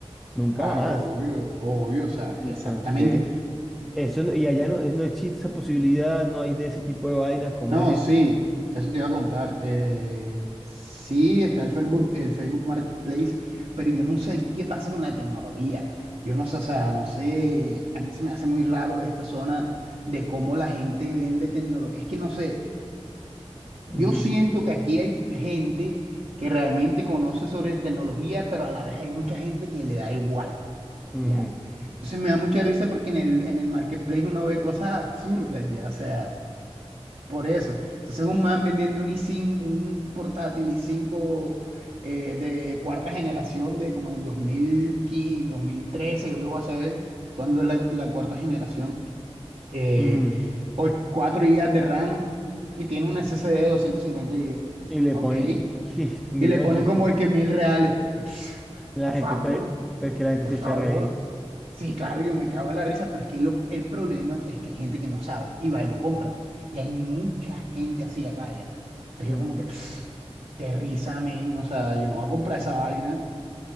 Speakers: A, in the centre; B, on the right (about 65°).
A: nunca
B: Claro,
A: jamás.
B: obvio, obvio, o sea,
A: Entonces,
B: exactamente.
A: Eso no- y allá
B: Y-
A: no, eh, no existe esa posibilidad, no hay de ese tipo de vainas, ¿cómo
B: No,
A: es
B: sí,
A: eso?
B: eso te iba a contar. eh, sí, está el Facebook, el Facebook Marketplace, pero yo no sé qué pasa con la tecnología. Yo no sé, o sea, no sé, a mí se me hace muy raro esta zona de cómo la gente vende tecnología. Es que no sé, Yo
A: Ujú,
B: siento que aquí hay gente que realmente conoce sobre tecnología, pero a la vez hay mucha gente que le da igual,
A: ujú,
B: ¿ya? Entonces me da mucha risa porque en el, en el marketplace uno ve cosas absurdas, ¿ya? O sea, por eso. Entonces un man vendiendo un i5, un portátil i5 eh, de cuarta generación de como el 2015, 2013, yo qué voy a saber cuándo es la, la cuarta generación eh,
A: ujú.
B: o- cuatro GB de RAM y tiene un SSD de doscientos cincuenta GB.
A: Y le
B: ¿Ok?
A: ponen <laughs> 1.800.000.
B: Y le ponen como es que mil reales. Y, pf,
A: La
B: por
A: gente,
B: favor,
A: pues, pues que la gente
B: por
A: se
B: favor.
A: charra ahí.
B: Sí, claro, yo me cago en la risa, pero es que lo- el problema es que hay gente que no sabe y va y lo compra. Y hay mucha gente así acá ya. Entonces
A: Ujú.
B: yo como que, pf, qué risa, men. O sea, yo no voy a comprar esa vaina.